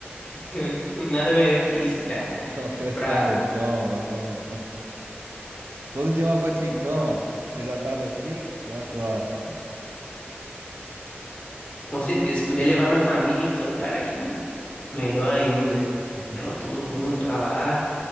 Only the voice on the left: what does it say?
<laughs> Tem Nada melhor que isso, cara.
Pra,
com certeza, se puder levar minha família, então, cara, aí melhor ainda.
Leva todo mundo pra lá